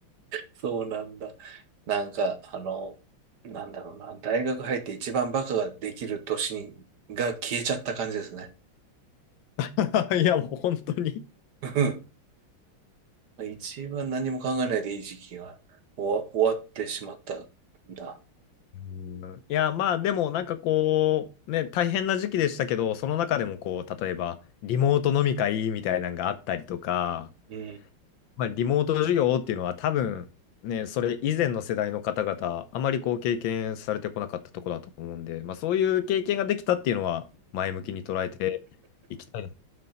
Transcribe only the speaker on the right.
そうなんだ。なんか、あの、なんだろうな、大学入って一番バカができる年が消えちゃった感じですね。
<laughs> 一番何も考えないでいい時期が終わ、終わってしまったんだ。
うん。